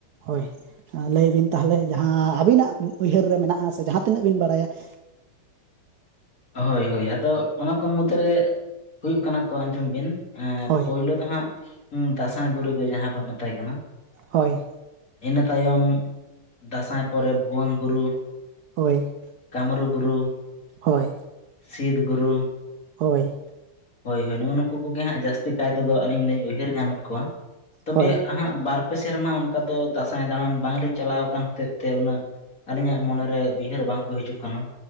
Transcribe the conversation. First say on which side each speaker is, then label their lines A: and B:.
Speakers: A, on the right; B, on the left.
A: ᱦᱳᱭ ᱾ ᱞᱟᱹᱭ ᱵᱤᱱ ᱛᱟᱦᱚᱞᱮ ᱡᱟᱦᱟᱸ ᱟᱹᱵᱤᱱᱟᱜ ᱩᱭᱦᱟᱹᱨ ᱨᱮ ᱢᱮᱱᱟᱜᱼᱟ ᱥᱮ ᱡᱟᱦᱟᱸ ᱛᱤᱱᱟᱹᱜ ᱵᱤᱱ ᱵᱟᱲᱟᱭᱟ ᱾
B: ᱦᱳᱭ ᱦᱳᱭ ᱟᱫᱚ ᱚᱱᱟ ᱠᱚ ᱢᱩᱫᱨᱮ ᱦᱩᱭᱩᱜ ᱠᱟᱱᱟ ᱠᱚ ᱟᱸᱡᱚᱢ ᱵᱤᱱ
A: ᱦᱳᱭ
B: ᱯᱳᱞᱳ ᱫᱚ ᱦᱟᱸᱟᱜᱜ ᱫᱟᱸᱟᱭ ᱵᱩᱨᱩ ᱜᱮ ᱡᱟᱦᱟᱸᱭ ᱵᱚᱱ ᱢᱮᱛᱟᱭ ᱠᱟᱱᱟ
A: ᱦᱳᱭ ᱾
B: ᱤᱱᱟᱹ ᱛᱟᱭᱚᱢ ᱫᱟᱸᱥᱟᱭ ᱯᱚᱨᱮ ᱵᱷᱩᱩᱭᱟᱹᱝ ᱜᱩᱨᱩ
A: ᱦᱳᱭ ᱾
B: ᱠᱟᱢᱨᱩ ᱜᱩᱨᱩ ᱾
A: ᱦᱳᱭ ᱾
B: ᱥᱤᱤᱫ ᱜᱩᱨᱩ ᱾
A: ᱦᱳᱭ ᱾
B: ᱦᱳᱭ ᱦᱳᱭ ᱱᱚᱜᱼ ᱱᱩᱠᱩᱩᱜᱮ ᱦᱟᱸᱜ ᱡᱟᱹᱥᱛᱤ ᱠᱟᱭ ᱛᱮᱫᱚ ᱟᱹᱞᱤᱧ ᱞᱤᱧ ᱩᱭᱦᱟᱹᱨ ᱧᱟᱢᱮᱫ ᱠᱚᱣᱟ ᱾ ᱛᱚᱵᱮ
A: ᱦᱳᱭ
B: ᱦᱟᱸᱜ ᱵᱟᱨᱯᱮ ᱥᱮᱨᱢᱟ ᱚᱱᱠᱟ ᱫᱚ ᱫᱟᱸᱥᱟᱭ ᱫᱟᱬᱟᱱ ᱵᱟᱝᱞᱤᱧ ᱪᱟᱞᱟᱣ ᱟᱠᱟᱱ ᱦᱚᱛᱮᱫ ᱛᱮ ᱩᱱᱟᱹᱜ ᱟᱹᱞᱤᱧᱟᱜ ᱢᱚᱱᱮᱨᱮ ᱩᱭᱦᱟᱹᱨ ᱵᱟᱝᱠᱚ ᱦᱤᱡᱩᱜ ᱠᱟᱱᱟ